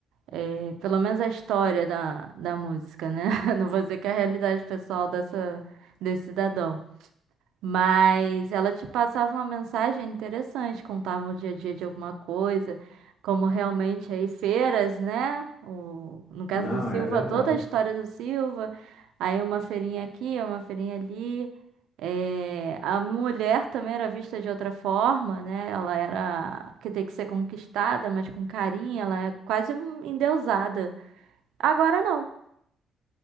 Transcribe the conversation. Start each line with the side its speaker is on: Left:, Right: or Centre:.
Right: É, pelo menos a história da, da música, né? <laughs> Não vou dizer que é a realidade pessoal dessa, desse cidadão. Mas ela te passava uma mensagem interessante, contava o dia a dia de alguma coisa, como realmente aí feiras, né? O, no caso
Left: Não,
Right: do Silva,
Left: é verdade.
Right: toda a história do Silva, aí uma feirinha aqui, uma feirinha ali. É, a mulher também era vista de outra forma, né? Ela era que tem que ser conquistada, mas com carinho, ela é quase um- endeusada. Agora não.